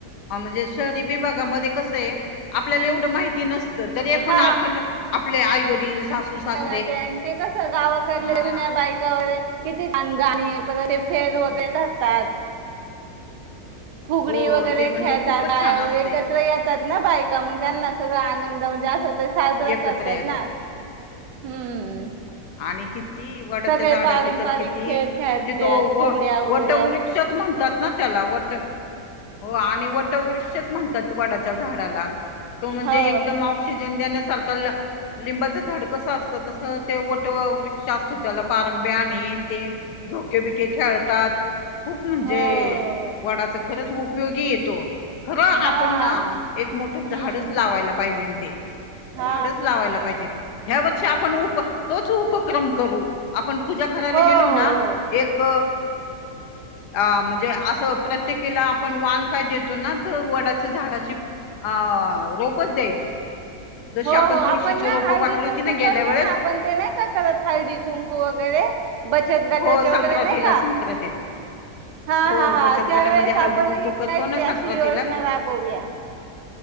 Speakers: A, on the left (about 80°); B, on the right (about 80°).
A: ह म्हणजे शहरी विभागामध्ये कसं आहे आपल्याला एवढं माहिती नसत. तरी
B: हा
A: पण आपण आपले आई वडील सासू सासरे.
B: अ ते आणि ते कस गावाकडल्या
A: हा
B: जुन्या बायका वगैरे किती छान गाणी परत. ते फेर वगैरे
A: जुन्या
B: धरतात. फुगडी
A: हो
B: वगैरे
A: ते म्हणजे
B: खेळतात
A: खूपच
B: टाळ्या
A: छान
B: वगैरे
A: असते
B: एकत्र येता''--'' ता ना बायका मग त्यांना सगळ आनंद म्हणजे असं ते साजरा
A: एकत्र
B: करतात
A: येतात
B: ना. हम्म.
A: आणि की. ती वडाच्या
B: सगळे
A: झाडाची
B: पारंपरिक
A: तर किती
B: खेळ खेळतात
A: म्हणजे तो
B: फुगड्या
A: व
B: वगैरे
A: वटवृक्षच
B: असं
A: म्हणतात. ना त्याला वट हो आणि वटवृक्षच म्हणतात वडाच्या झाडाला. तो म्हणजे
B: हो
A: एकदम ऑक्सिजन देण्यासारखा ला लिंबाचं झाड कसं असतं तसं. ते वट वृक्ष असतो त्याला पारंब्या आणि येन ते येन झोके बिके खेळतात. खूप म्हणजे
B: हो
A: वडाच खरंच उपयोगी येतो. खरं
B: हा
A: आपण ना एक मोठं
B: हम्म
A: झाडच लावायला पाहिजे ते.
B: हा
A: झाडच लावायला पाहिजेत ह्या वर्षी आपण उप तोच उपक्रम करू. आपण पूजा करायला
B: हो हो
A: गेलो ना एक. अ म्हणजे असं प्रत्येकीला आपण वान काय देतो ना तर वडाच झाडाची. अ रोपच द्यायचं. जशी
B: हो हो, आपण
A: तुळशीची
B: ना
A: रोपं
B: हळदी
A: वाटली
B: कुंकू
A: होती ना गेल्या
B: करतो
A: वेळेस
B: ना आपण. ते नाही का करत हळडी कुंकू वगैरे. बचत गटाचे
A: हो संक्रांतीला
B: वगैरे नाही का.
A: संक्रांतीला
B: हा
A: हो
B: हा हा,
A: बचत
B: त्यावेळेस
A: गटामध्ये हळदी
B: आपण
A: कुंकू
B: हे
A: करतो
B: काहीतरी
A: ना संक्रांतीला
B: अशी योजना राबवूया.